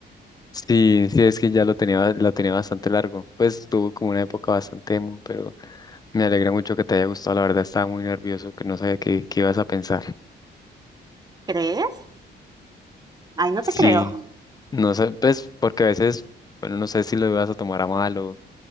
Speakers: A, on the left (about 20°); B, on the right (about 20°).
A: Sí, sí, es que ya lo tenía, ba- lo tenía bastante largo. Pues tuvo como una época bastante emo, pero me alegra mucho que te haya gustado. La verdad estaba muy nervioso, que no sabía qué, qué ibas a pensar.
B: ¿Crees? Ay, no
A: Sí,
B: te creo.
A: no sé, pues porque a veces, bueno, no sé si lo ibas a tomar a mal o